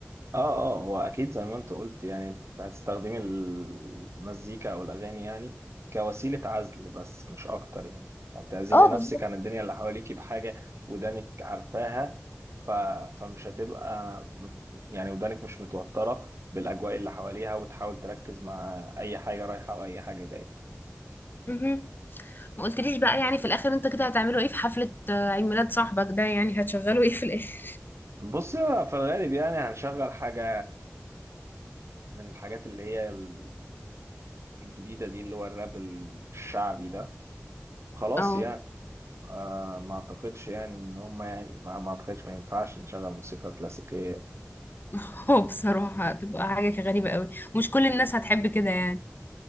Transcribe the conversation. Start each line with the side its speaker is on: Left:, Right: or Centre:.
Right: اه اه هو اكيد زي ما انت قلت يعني انت هتستخدمي المزيكا او الاغاني يعني كوسيله عزل بس مش اكتر يعني هتعزلي
Left: اه
Right: نفسك
Left: بالظبط
Right: عن الدنيا اللي حواليكي بحاجه ودانك عارفاها ف... فمش هتبقى م- يعني ودانك مش متوترة بالأجواء اللي حواليها وتحاول تركز مع أي حاجة رايحة وأي حاجة جاية
Left: مهم. ما قلتليش بقى يعني في الاخر انت كده هتعملوا ايه في حفلة آه، عيد ميلاد صاحبك ده يعني هتشغلوا ايه في الاخر
Right: بص في الغالب يعني هنشغل حاجة من الحاجات اللي هي ال- الجديدة دي اللي هو الراب الشعبي ده خلاص
Left: اه
Right: يعني آه ما أعتقدش يعني إن هم يعني ما, ما أعتقدش ما ينفعش نشغل موسيقى كلاسيكية
Left: <laughs> هو بصراحة هتبقى حاجة غريبة قوي مش كل الناس هتحب كده يعني